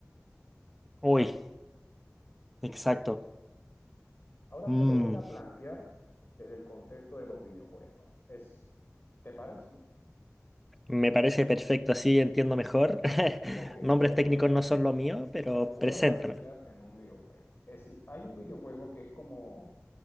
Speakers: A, in the centre; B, on the left.
A: Uy, exacto.
B: Ahora
A: Mm,
B: te lo voy a plantear desde el contexto de los videojuegos. Es, ¿te parece?
A: me parece perfecto, así entiendo mejor. <laughs>
B: Ok,
A: Nombres
B: te lo voy
A: técnicos
B: a,
A: no son lo mío, pero
B: te lo voy
A: preséntame.
B: a plantear en un videojuego. Exist- hay un videojuego que es como,